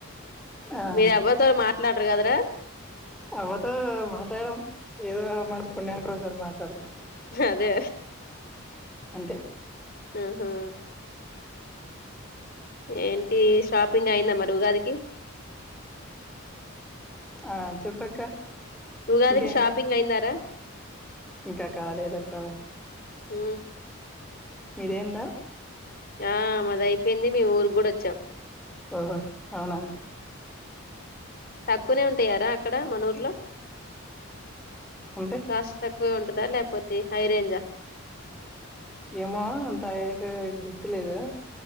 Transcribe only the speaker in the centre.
ఆ
అవ్వతో మాట్లాడం ఏదో మంచి పుణ్యానికి ఒకసారి మాట్లాడతాం
అంతే
ఆ చెప్పక్క
ఇంకేంటి
ఇంకా కాలేదక్క
మీరేందా
ఓహో అవునా
ఉంటే
ఏమో అంత అంటే గుర్ ఎలేదు